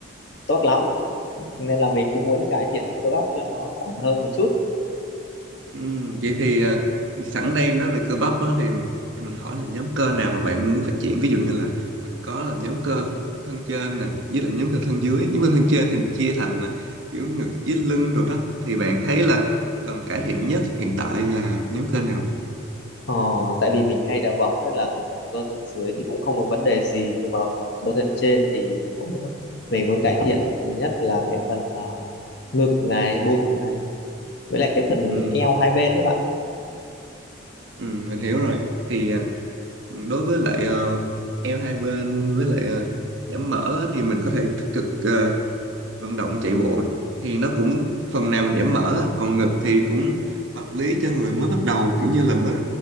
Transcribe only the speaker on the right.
Ừ, vậy thì à, sẵn đây nói về cơ bắp á, thì cho mình hỏi là nhóm cơ nào mà bạn muốn phát triển ví dụ như là mình có là nhóm cơ thân trên nè với lại nhóm cơ thân dưới nhóm cơ thân trên thì chia thành à, kiểu ngực với lưng đồ đó thì bạn thấy là cần cải thiện nhất hiện tại là nhóm cơ nào
ừ,
ừ, mình hiểu rồi thì à, đối với lại ờ, eo hai bên với lại ờ, giảm mỡ á, thì mình có thể tích cực ờ, vận động chạy bộ thì nó cũng phần nào mình giảm mỡ á. còn ngực thì cũng hợp lý cho người mới bắt đầu kiểu như là mới